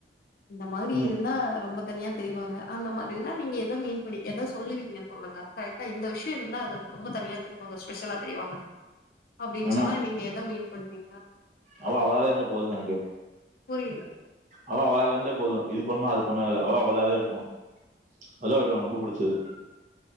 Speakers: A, on the left; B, on the right.
A: இந்த மாத்ரி
B: ம்.
A: இருந்தா ரொம்ப தனியா தெரிவாங்க அந்த மாதிரினா நீங்க எத மீன் பண்ணி கே எத சொல்லுவீங்க சொல்லுங்க கரெக்டா இந்த விஷ்யோ இருந்தா அது ரொம்ப தனியா தெரிவாங்க ஸ்பெஷலா தெரிவாங்க அப்டின்
B: ஆனா
A: சொன்னா நீங்க எத மீன் பண்ணுவீங்க
B: அவ அவளாவே இருந்தா போதுங்க எனக்கு
A: புரியல
B: அவ அவளாவிந்த போது இது பண்ணூ அது பண்ணூலா இல்ல அவா அவளாவே இருக்குணு அதா எனக் ரொம்ப புடிச்சது